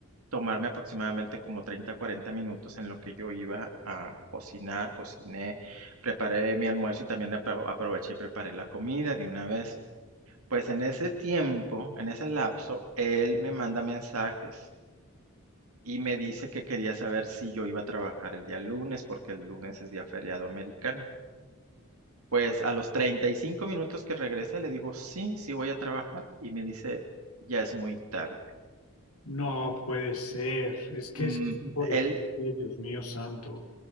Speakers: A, on the right; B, on the left.
A: tomarme aproximadamente como 30, 40 minutos en lo que yo iba a cocinar, cociné, preparé mi almuerzo y también apro- aproveché y preparé la comida de una vez. Pues en ese tiempo, en ese lapso, él me manda mensajes y me dice que quería saber si yo iba a trabajar el día lunes, porque el lunes es día feriado americano. Pues a los 35 minutos que regresé le digo, sí, sí voy a trabajar y me dice, ya es muy tarde.
B: No puede ser, es que
A: Mm,
B: ese tipo de
A: él,
B: gente, Dios mío santo.